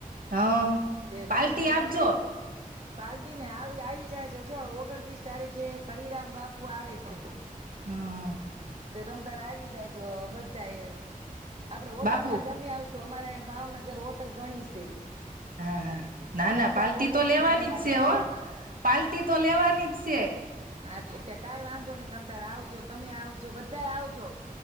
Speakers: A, on the right; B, on the right.
A: હા
B: તે
A: પાલટી
B: કળીરામ
A: આપજો
B: બાપુ પાલ્ટ ને આવી આવી જાયજો જો ઓગણત્રીસ તારીખે કળીરામ બાપુ આવે છે
A: હા
B: તો તમ. આવી જાય જો બધા એ. આપડે હોટલમાં
A: બાપુ
B: જમી આવશું અમારે. ભાવનગર હોટલ ગણી છે.
A: હા હા ના
B: બધા
A: ના પાલ્ટી
B: હોટલમાં
A: તો લેવાની
B: જમવા
A: જ છે
B: જાશું.
A: ઓ પાલ્ટી તો લેવાની જ છે.
B: હા કે કઈ વાંધો નહી તમ આવજો તમે આવજો બધા આવજો.